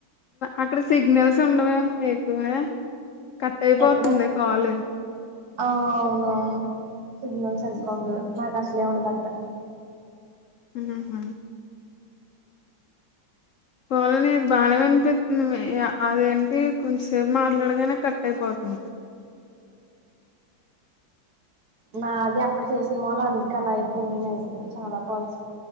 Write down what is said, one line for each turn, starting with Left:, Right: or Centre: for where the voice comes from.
Left: అక్కడ సిగ్నల్స్ ఉండవేమో ఎక్కువ కట్ అయిపోతుంది
Right: ఎక్కడ
Left: కాల్
Right: ఆ అవును అవును సిగ్నల్ సరిగ్గా ఉండదు నాకు అసలే ఉండదు అక్కడ
Left: ఉహు హు పోన్లే ఇది బాగానే వినిపిస్తుంది అదేంటి కొంచంసేపు మాట్లాడగానే కట్ అయిపో అఓ
Right: మాది అక్కడ చేసిన ముళ్ళ అందుకే అలా అయిపోయినాయి చాలా కాల్స్